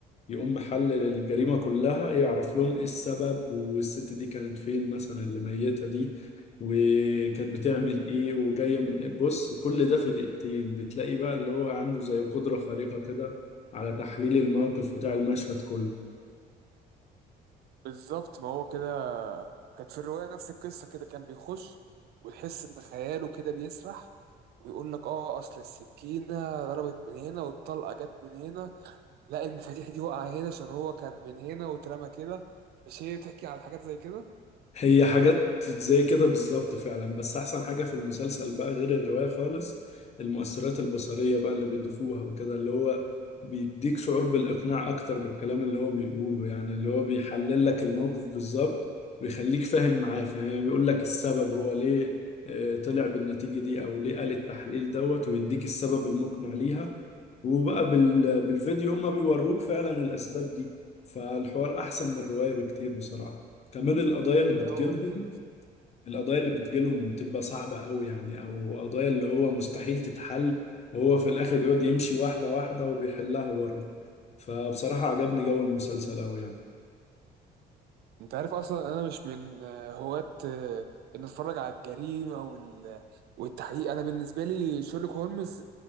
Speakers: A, on the left; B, on the right.
A: يقوم محلل الجريمة كلها يعرف لهم ايه السبب والست دي كانت فين مثلا اللي ميتها دي وكانت بتعمل ايه وجاية من إيه. بص كل ده في دقيقتين بتلاقي بقى اللي هو عنده زي قدرة خارقة كده على تحليل الموقف بتاع المشهد كله
B: بالظبط ما هو كده كانت في الرواية نفس القصة كده كان بيخش ويحس إن خياله كده بيسرح ويقول لك آه أصل السكينة ضربت من هنا والطلقة جت من هنا لا المفاتيح دي وقع هنا عشان هو كان من هنا واترمى كده مش هي بتحكي على حاجات زي كده؟
A: هي حاجات زي كده بالظبط فعلا بس احسن حاجة في المسلسل بقى غير الرواية خالص المؤثرات البصرية بقى اللي بيضيفوها وكده اللي هو بيديك شعور بالإقناع أكتر بالكلام اللي هو بيقوله يعني اللي هو بيحلل لك الموقف بالظبط ويخليك فاهم معاه فاهم يعني بيقول لك السبب هو ليه آه، طلع بالنتيجة دي أو ليه قال التحليل دوت ويديك السبب المقنع ليها وبقى بال- بالفيديو هما بيوروك فعلا الأسباب دي فالحوار أحسن من الرواية بكتير بصراحة كمان القضايا اللي بتجيلهم
B: أوه لذيذ
A: القضايا اللي بتجيلهم بتبقى صعبة قوي يعني او قضايا اللي هو مستحيل تتحل وهو في الاخر بيقعد يمشي واحدة واحدة وبيحلها برضه فبصراحة عجبني جو المسلسل قوي يعني
B: أنت عارف أصلا أنا مش من آه، هواة آه، إن أتفرج على الجريمة وال... والتحقيق أنا بالنسبة لي شيرلوك هولمز